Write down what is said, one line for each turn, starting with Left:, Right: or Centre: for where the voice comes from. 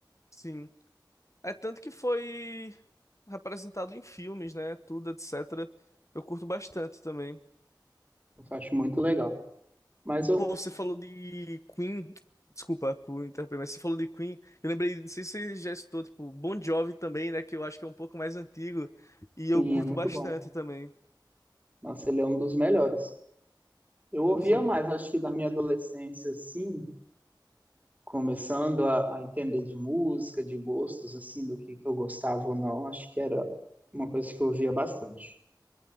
Left: Sim. É tanto que foi representado em filmes, né, tudo, etc. Eu curto bastante também.
Right: Eu acho muito legal. Mas eu,
Left: Pô, você falou de Queen. Desculpa por interromper, mas você falou de Queen. Eu lembrei, não sei se você já escutou, tipo, Bon Jovi também, né? Que eu acho que é um pouco mais antigo. E eu
Right: sim,
Left: curto
Right: é muito
Left: bastante
Right: bom.
Left: também.
Right: Nossa, ele é um dos melhores. Eu ouvia
Left: Sim,
Right: mais, acho que da minha adolescência, assim, começando a, a entender de música, de gostos, assim, do que, que eu gostava ou não, acho que era uma coisa que eu ouvia bastante.